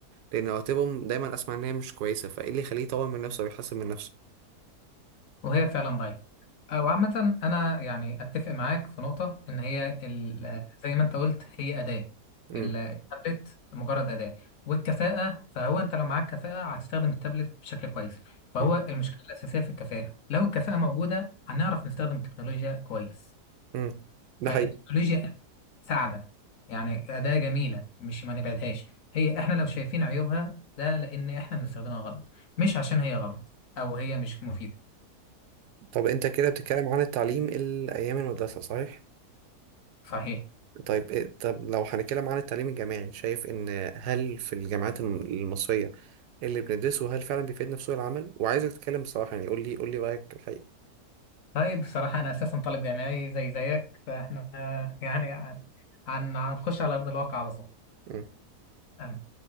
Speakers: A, on the right; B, on the left.
A: لأن رواتبهم دايما أسمع إن هي مش كويسة فإيه اللي يخليه يطور من نفسه ويحسن من نفسه
B: وهي فعلا ضعيفة آه، وعامة أنا يعني أتفق معاك في نقطة إن هي ال- آه، زي ما أنت قلت هي أداة
A: امم
B: ال- آه، التابلت مجرد أداة والكفاءة فهو أنت لو معاك كفاءة هتستخدم التابلت بشكل كويس فهو
A: امم
B: المشكلة الأساسية في الكفاءة لو الكفاءة موجودة هنعرف نستخدم التكنولوجيا كويس
A: امم ده
B: فالتكنولوجيا
A: حقيقي
B: ساعدة يعني أداة جميلة مش ما نبعدهاش هي إحنا لو شايفين عيوبها ده لأن إحنا بنستخدمها غلط مش عشان هي غلط أو هي مش مفيدة
A: طب أنت كده بتتكلم عن التعليم الأيام المدرسة صحيح؟
B: صحيح
A: طيب إيه- طب لو هنتكلم عن التعليم الجامعي شايف إن هل في الجامعات الم- المصرية اللي بندرسه هل فعلا بيفيدنا في سوق العمل؟ وعايزك تتكلم بصراحة يعني قول لي قول لي رأيك الحقيقي
B: طيب بصراحة أنا أساسا طالب جامعي زي زيك فإحنا يعني عن- عن- هنخش على أرض الواقع على طول
A: امم
B: أم،